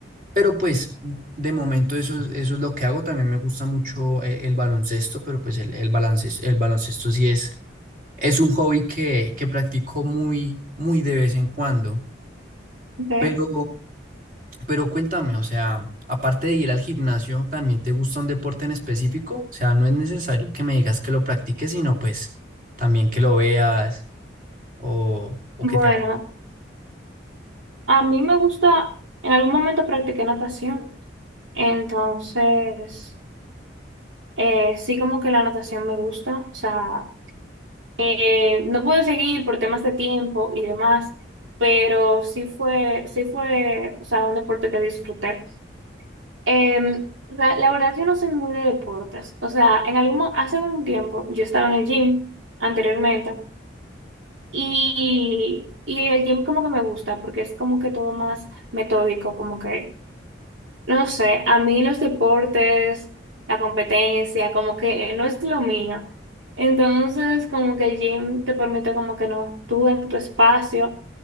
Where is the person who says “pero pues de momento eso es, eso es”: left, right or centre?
Right